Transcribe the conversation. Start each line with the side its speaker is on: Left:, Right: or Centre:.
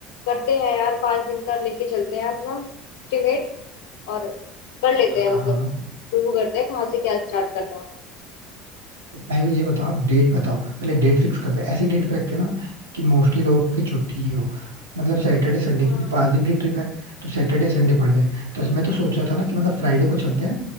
Left: करते हैं यार पांच दिन का लेके चलते हैं अपना एस्टिमेट और कर लेते हैं
Right: हाँ
Left: मतलब
Right: हाँ
Left: शुरू करते हैं कहाँ से क्या स्टार्ट करना है
Right: तो पहले ये बताओ आप डेट बताओ पहले डेट फिक्स करते हैं ऐसी डेट पे रखते हैं ना कि मोस्टली लोगों की छुट्टी हो मतलब सैटरडे संडे
Left: हाँ,
Right: क्योंकि पांच दिन की ट्रिप है तो सैटरडे संडे पड़ जाए तो इसमें
Left: अब वो
Right: तो
Left: तीन
Right: सोचा था ना कि मतलब फ्राइडे को चलते हैं